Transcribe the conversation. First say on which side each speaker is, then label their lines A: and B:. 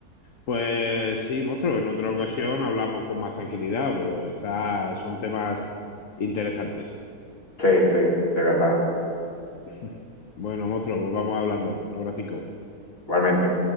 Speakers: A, on the left; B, on the left.
A: Pues sí, monstruo, en otra ocasión hablamos con más tranquilidad, pero está, son temas interesantes.
B: Sí, sí, de verdad,
A: <laughs> Bueno, monstruo, pues vamos hablando. Un abracico.
B: igualmente.